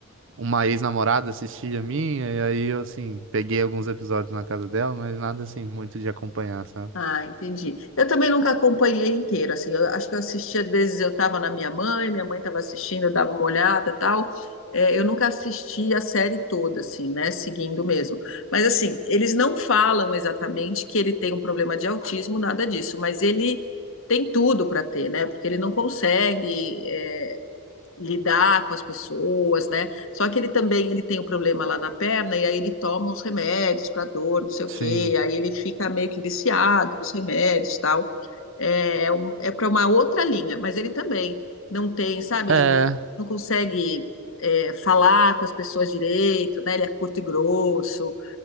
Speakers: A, on the right; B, on the left.
A: uma ex-namorada assistia a minha, e aí eu, assim, peguei alguns episódios na casa dela, mas nada, assim, muito de acompanhar, sabe?
B: Ah, entendi. Eu também nunca acompanhei inteiro, assim, eu acho que eu assistia, às vezes eu estava na minha mãe, minha mãe estava assistindo, eu dava uma olhada e tal. É, eu nunca assisti a série toda, assim, né, seguindo mesmo. Mas, assim, eles não falam exatamente que ele tem um problema de autismo, nada disso, mas ele tem tudo para ter, né, porque ele não consegue. é, lidar com as pessoas, né? Só que ele também ele tem um problema lá na perna e aí ele toma uns remédios para dor, não sei o
A: Sim.
B: quê, aí ele fica meio que viciado nos remédios, tal. É, é um- é para uma outra linha, mas ele também não tem, sabe?
A: É.
B: Ele não, não consegue é, falar com as pessoas direito, né? Ele é curto e grosso.